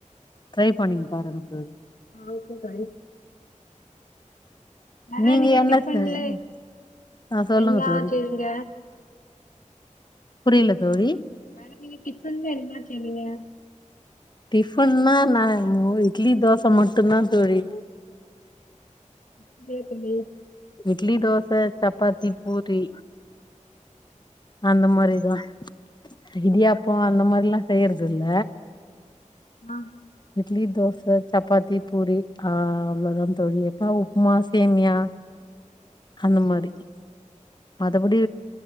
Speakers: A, on the left; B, on the left.
A: ட்ரை பண்ணிங்க பாருங்க தோழி
B: ஓகே தோழி வேற
A: நீங்க என்ன
B: டிஃபன்ல
A: செஞ்சீங்க ஆ சொல்லுங்க
B: என்னா
A: தோழி
B: செய்வீங்க?
A: புரியல தோழி
B: நான் இன்னைக்கு டிஃபன்லாம் எதுவுமே செய்யலைங்க
A: டிஃபன்ன்னா நான் இட்லி தோசை மட்டும் தான் தோழி
B: <unintelligible>
A: இட்லி தோசை சப்பாத்தி பூரி அந்த மாதிரிதான் இடியாப்பம் அந்த மாதிரில்லாம் செய்யறது இல்ல
B: ஆ
A: இட்லி தோசை சப்பாத்தி பூரி ஆ அவ்ளோதா தோழி எப்ப உப்புமா சேமியா அந்த மாரி மத்தபடி